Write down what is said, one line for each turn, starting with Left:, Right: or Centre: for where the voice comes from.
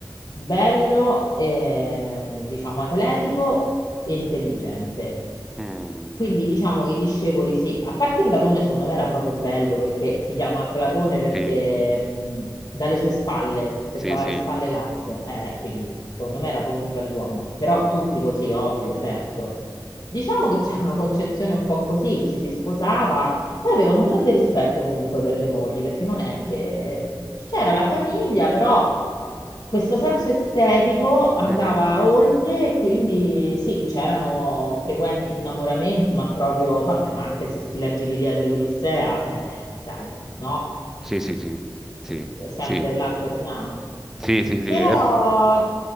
Left: bello, eh, diciamo atletico e intelligente.
Centre: mm,
Left: Quindi diciamo che i discepoli sì, a parte Platone secondo me era proprio bello perché si chiama Platone perché
Centre: sì.
Left: mh, dalle sue spalle, perché
Centre: Sì,
Left: aveva
Centre: sì.
Left: le spalle larghe, eh, quindi secondo me era proprio un bell'uomo, però tutti così, ovvio, certo. Diciamo che c'era una concezione un po' così, ci si sposava, poi avevano un grande rispetto comunque per le mogli, perché non è che c'era la famiglia, però questo senso estetico andava
Centre: Mhm.
Left: oltre, e quindi sì, c'erano frequenti innamoramenti, ma proprio, vabbè, ma anche se si legge l'Ilia dell'Odissea, eh, eh, dai, no?
Centre: Sì, sì, sì, sì, sì,
Left: Sempre
Centre: sì,
Left: là torniamo.
Centre: sì, sì, sì,
Left: Però
Centre: eh,